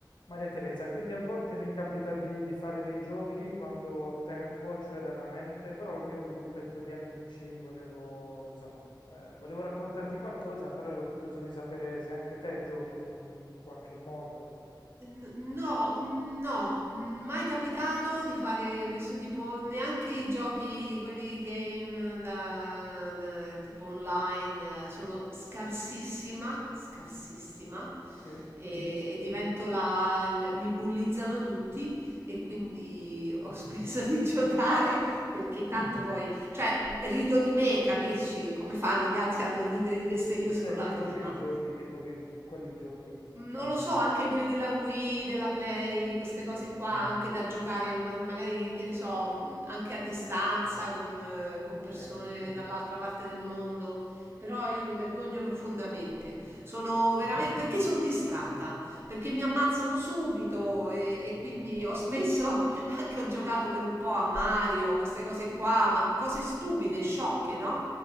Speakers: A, on the left; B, on the right.
A: Maria Teresa, quindi a volte mi capita di, di fare dei giochi quando ho tempo, cioè raramente, però il mio gruppetto di amici volevo, insomma, eh, volevo raccontarti qualcosa, però ero curioso di sapere se anche te giochi in un qualche modo.
B: N- No, no, n- mai capitato di fare questo tipo, neanche i giochi, quelli game da, da- tipo online, eh, sono scarsissima, scarsissima
A: Sì.
B: e, e divento la, il- mi bullizzano tutti e quindi ho <laughs> smesso di giocare perché tanto poi, cioè rido di me, capisci? Come fanno gli altri a non ridere di me se io
A: Cioè,
B: sono la
A: tipo
B: prima?
A: che giochi, tipo che, quali giochi?
B: Non lo so, anche quelli della Wii, della Play, queste
A: Sì,
B: cose qua, Mm. anche da giocare, ma- magari, che ne so, mh, anche a distanza con, eh, con persone
A: sì,
B: dall'altra parte del mondo. Però io mi vergogno profondamente. Sono veramente... Perché sono distratta? Perché mi ammazzano subito e, e quindi ho smesso, <laughs> anche ho giocato per un po' a Mario, queste cose qua, ma cose stupide, sciocche, no?